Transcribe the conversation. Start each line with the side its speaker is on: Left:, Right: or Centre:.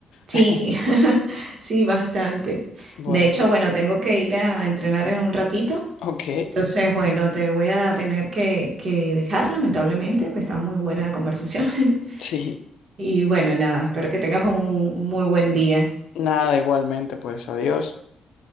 Right: Sí,
Left: <laughs>
Right: <laughs> sí, bastante.
Left: Bueno,
Right: De hecho, bueno, tengo que ir a entrenar en un ratito.
Left: ok,
Right: Entonces, bueno, te voy a tener que, que dejar, lamentablemente, pues estaba muy buena la conversación. <laughs>
Left: sí.
Right: Y bueno, nada, espero que tengas un muy buen día.
Left: Nada, igualmente, pues adiós.